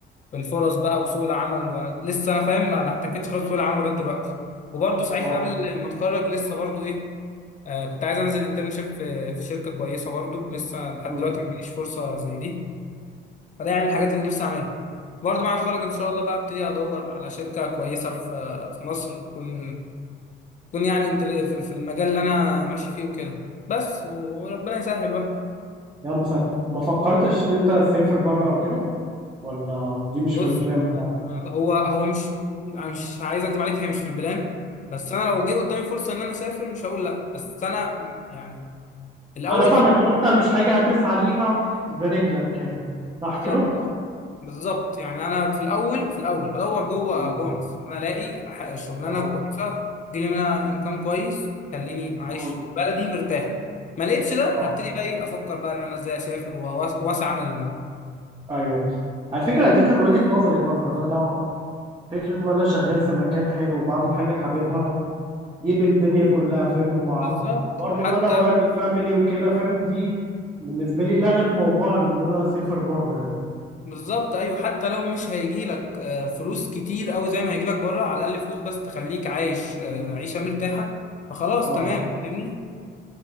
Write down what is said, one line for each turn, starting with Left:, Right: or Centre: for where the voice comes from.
Left: في الفرص بقى وسوق العمل ولسه انا فاهم ما ما احتكتش خالص في سوق العمل لغايه دلوقتي وبرضو صحيح
Right: اه
Left: قبل ما اتخرج لسه برضو ايه آه كنت عايز انزل انترنشيب في في شركه كويسه برضو لسه لحد
Right: مم.
Left: دلوقتي ما جاليش فرصه زي دي فده يعني الحاجات اللي نفسي اعملها برضه بعد ما اتخرج ان شاء الله بقى ابتدي ادور على شركه كويسه في في مصر تكون تكون يعني انت- في في المجال اللي انا ماشي فيه وكده بس وربنا يسهل بقى
Right: يعني مثلا ما فكرتش ان انت تسافر بره او كده ولا دي مش
Left: بص
Right: في البلان بتاعك
Left: آه، هو هو مش أنا مش عايز اكذب عليك هي مش في البلان بس انا لو جه قدامي فرصه ان انا اسافر مش هقول لا بس انا يعني الاول
Right: انا فاهمك لو انت مش حاجه هتسعى ليها برجلك يعني صح
Left: بالظبط
Right: كده
Left: آه. بالظبط يعني انا في الاول في الاول بدور جوه
Right: مم.
Left: جوه مصر انا الاقي ح- شغلانه
Right: اه
Left: كويسه تجيلي منها انكم كويس تخليني عايش
Right: مم.
Left: في بلدي مرتاح ما لقيتش ده
Right: اه
Left: هبتدي بقى إيه، افكر بقى ان انا ازاي اسافر وأوس- واسعى للموضوع
Right: ايوه على فكره دي كان وجهه نظري برضه ان انا لو فكره ان انا شغال في مكان حلو وبعمل حاجه حاببها دي بالدنيا كلها فاهم ومع
Left: بالظبط
Right: برضه
Left: حتى
Right: ان انا قريب من الفاميلي وكده فاهم دي بالنسبه لي لغت موضوع ان انا اسافر بره يعني
Left: بالظبط ايوه حتى لو مش هيجي لك آه، فلوس كتير قوي زي ما هيجي لك بره على الاقل فلوس بس تخليك عايش آه،
Right: مم.
Left: عيشه مرتاحه فخلاص
Right: اه
Left: تمام فاهمني